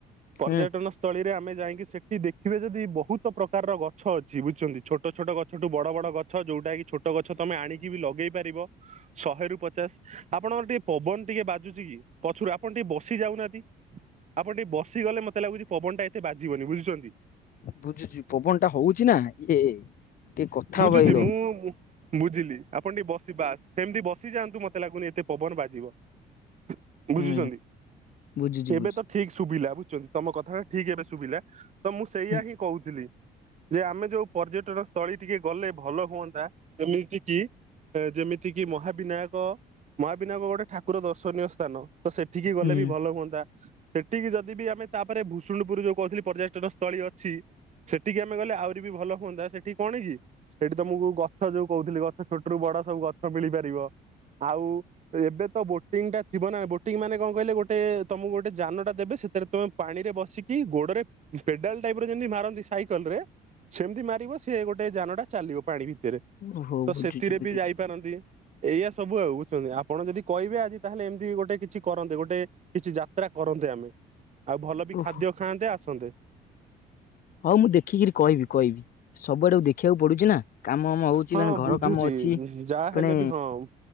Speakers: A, on the right (about 45°); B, on the left (about 55°).
A: ପର୍ଯ୍ୟଟନ
B: ହୁଁ
A: ସ୍ଥଳୀରେ ଆମେ ଯାଇକି ସେଠି ଦେଖିବେ ସେଠି ବହୁତ ପ୍ରକାରର ଗଛ ଅଛି ବୁଝିଛନ୍ତି, ଛୋଟ ଛୋଟ ଗଛଠୁ ବଡ ବଡ ଗ ଛ ଯୋଉଟା କି ଛୋଟ ଗଛ ତୋମେ ଆଣିକି ବି ଲଗେଇ ପାରିବ ଶହେରୁ ପଚାଶ ଆପଣଙ୍କର ଟିକେ ପବନ ଟିକେ ବାଜୁଚି କି? ପଛରୁ ଆପଣ ଟିକେ ବସି ଯାଉନାହାନ୍ତି। ଆପଣ ଟିକେ ବସିଗଲେ ମୋତେ ଲାଗୁଚି ପବନ ଟା ଏତେ ବାଜିବନି ବୁଝୁଛନ୍ତି।
B: ବୁଝୁଛି ପବନ ଟା ହଉଛି ନା, ଇଏ ଟିକେ କଥା
A: ବୁଝୁଛି
B: ହବା ଏଇର
A: ମୁଁ ବୁଝିଲି ଆପଣ ଟିକେ ବସି ବାସ୍ ସେମିତି ବସିଯାଆନ୍ତୁ, ମୋତେ ଲାଗୁନି ଏତେ ପବନ ବାଜିବ। ହ ବୁଝୁଛନ୍ତି,
B: ହୁଁ ବୁଝୁଛି
A: ଏବେ
B: ବୁଝୁଛି
A: ତ ଠିକ ଶୁଭିଲା ବୁଝୁଛନ୍ତି ତୋମ କଥାଟା ଠିକ ଏବେ ଶୁଭିଲା। ତ ମୁଁ ସେଇଆ
B: ହୁଁ
A: ହିଁ କହୁଥିଲି। ଯେ ଆମେ ଯୋଉ ପର୍ଯ୍ୟଟନ ସ୍ଥଳୀ ଟିକେ ଗଲେ ଭଲ ହୁଅନ୍ତା, ଯେମିତି କି ଏ ଯେମିତିକି ମହାବିନାୟକ, ମହାବିନାୟକ ଗୋଟେ ଠାକୁର ଦର୍ଶନୀୟ ସ୍ଥାନ। ତ ସେଠିକି ଗଲେ
B: ହୁଁ
A: ବି ଭଲ ହୁଅନ୍ତା, ସେଠିକି ଯଦି ବି ଆମେ ତାପରେ ଭୂଷୁଣ୍ଡପୁର ଯୋଉ କହୁଥିଲି ପର୍ଯ୍ୟଟନ ତଳୀ ଅଛି, ସେଠିକି ଆମେ ଗଲେ ଆହୁରି ବି ଭଲ ହୁଅନ୍ତା, ସେଠି କଣ କି ସେଠି ତୋମକୁ ଗଛ ଯୋଉ କହୁଥିଲି ଗଛ ଛୋଟ ରୁ ବଡ ସବୁ ଗଛ ମିଳିପାରିବ। ଆଉ ଏବେ ତ ବୋଟିଂ ଟା ଥିବ ନା, ବୋଟିଂ ମାନେ କଣ କହିଲେ ଗୋଟେ ତୋମକୁ ଗୋଟେ ଯାନ ଟା ଦେବେ ସେଥିରେ ତୋମେ ପାଣି ରେ ବସିକି ଗୋଡରେ ପେଡାଲ ଟାଇପ୍ ର ଯେମିତି ମାରନ୍ତି ସାଇକଲ ରେ, ସେମିତି ମାରିବ ସିଏ ଗୋଟେ ଯାନଟା ଚାଲିବ ପାଣି ଭିତରେ। ତ
B: ଓହୋ ବୁଝୁଛି
A: ସେଥିରେ
B: ବୁଝୁଛି
A: ବି ଯାଇପାରନ୍ତି। ଏଇଆ ସବୁ ଆଉ ବୁଝୁଛନ୍ତି, ଆପଣ ଯଦି କହିବେ ଆଜି ତାହେଲେ ଏମିତି ଗୋଟେ କିଛି କରନ୍ତେ, ଗୋଟେ କିଛି ଯାତ୍ରା କରନ୍ତେ ଆମେ, ଆଉ ଭଲ ବି
B: ଓହୋ
A: ଖାଦ୍ୟ ଖାଆନ୍ତେ ଆସନ୍ତେ।
B: ହଁ ମୁଁ ଦେଖିକିରି କହିବି କହିବି ସବୁଆଡକୁ ଦେଖିବାକୁ ପଡୁଚି ନା। କାମ ଆମ ହଉଛି
A: ହଁ
B: ମାନେ ଘର
A: ବୁଝୁଛି
B: କାମ ଅଛି
A: ହୁଁ, ଯାହା
B: ପୁଣି
A: ହେଲେ ବି ହଁ